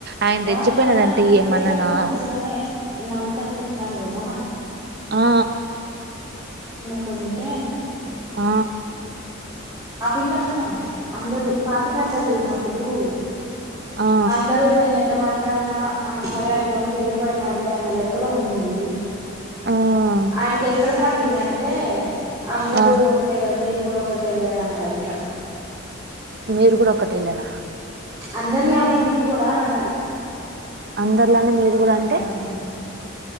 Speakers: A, on the right (about 50°); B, on the right (about 20°).
A: ఆయన రెచ్చిపోయినాడంటే
B: ఓయ్ ఆయన తిట్టేటప్పుడు
A: ఏమన్నానా
B: మంచిగానే నవ్వుతానే తిట్టినాడు కదా
A: ఆ
B: పోయింటే
A: ఆ
B: ఆ పిల్లనా అందరుూ పాత ఫ్యాకల్టీ ఉన్నప్పు ఇప్పుడు
A: ఆ
B: అందరూ నైన అట్ట మాట్లాడినా ఆ సరే అయన గమ్మకి వెళ్ళిపోయినారు లే అన్న లెక్కలో ఉనింది
A: ఆ
B: ఆయనకి ఎక్కడ పండిందంటే అందరుూ
A: ఆ
B: ఒకటే కదా మీరు కుడ ఒకటే లే నన్నాదాపిల్ల
A: మీరు కూడా ఒక్కటేలేనా
B: అందరిలానే మీరు కూడా అనన్నది
A: అందరిలానే మీరు కూడా అంటే
B: మండింది